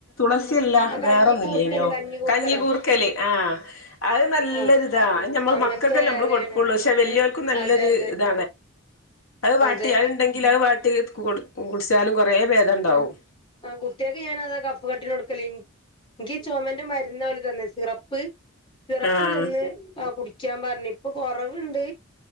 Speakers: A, on the left; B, on the left.
A: സമസ്യല്ല
B: ആ കഞ്ഞി
A: വേറൊന്നുല്യല്ലോ
B: കൂർക്കല്
A: ഇനോ
B: കൂർക്കലോ
A: കഞ്ഞി കൂർക്കല്ലേ ആ അത് നല്ലരു
B: ആഹ്
A: അത നമ്മൾ
B: അങ്ങനത്തെ
A: മക്കൊക്കെ നമ്മള്
B: എലയാണ്
A: കൊടുക്കുള്ളു പക്ഷെ വല്യവർക്ക
B: ഉം
A: നല്ലരു
B: അതെ അതെ
A: ഇത അത് വാട്ടി
B: അതെ
A: അതുണ്ടെങ്കിൽ അത് വാട്ടി കുടിച്ചാലും കുറേ ഭേദം ഉണ്ടാവും
B: ആ് കുട്ടികക്ക് ഞാൻാതാ കഫ് കട്ടി കൊടുക്കല എനിക്ക് ചുമന്റെ മരുന്ന പോലെ തന്ന്‌ സിറപ്പ്. സിറപ്പ്
A: ആഹ്
B: തന്ന് ആഹാ കുടിക്കാൻ പറഞ്ഞ്, ഇപ്പോ കൊറവുണ്ട്.